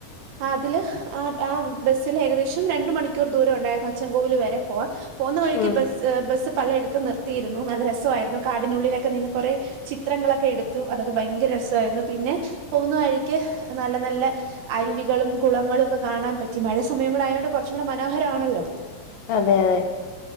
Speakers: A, on the right; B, on the left.
A: ആതില് ആ ആ ബസ്സിില് ഏകദേശം രണ്ട് മണിക്കൂർ ദൂരൊണ്ടാര്ന്നു അച്ച്ചൻകോവില് വരെ പോവാൻ പോന്ന വഴിക്ക്
B: ഉം
A: ബസ് ബസ്സ് പലയിടത്തും നിർത്തിയിരുന്നു നല്ല രസവാരുന്നു കാടിനുള്ളിലക്കെ നിന്ന് കൊറെ ചിത്രങ്ങളക്കെ എടുത്തു അതൊക്കെ ഭയങ്കര രസരുന്നു പിന്നെ പോകുന്ന വഴിക്ക് നല്ല നല്ല അരുവികളും കുളങ്ങളുക്കെ കാണാൻ പറ്റി. മഴ സമയോം കൂടെ ആയോണ്ട് കൊറച്ചും കൂടെ മനോഹരണല്ലോ.
B: അതെ അതെ